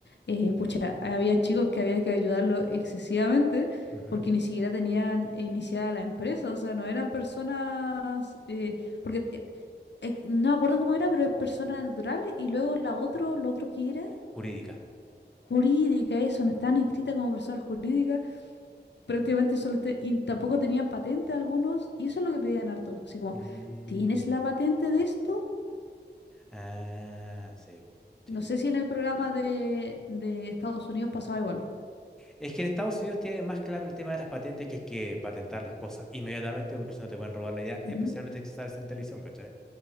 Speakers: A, on the left (about 75°); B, in the centre.
A: eh, pucha, había chicos que había que ayudarlo excesivamente
B: Ujú.
A: porque ni siquiera tenían iniciada la empresa, o sea, no eran personas, eh, porque eh, eh, no me acuerdo cómo era, pero es persona natural y luego la otro, lo otro que era
B: Jurídica.
A: jurídica, eso, no estaban inscritas como personas jurídicas, prácticamente solo este- y tampoco tenían patente algunos, y eso es lo que pedían harto, así como,
B: Mm,
A: ¿tienes la patente de esto?
B: Ah, sí. Sí.
A: No sé si en el programa de, de Estados Unidos pasaba igual.
B: Es que en Estados Unidos tiene más claro el tema de las patentes que hay que patentar las cosas inmediatamente porque si no te pueden robar la idea,
A: Ujú.
B: especialmente si sales en televisión, ¿cachai?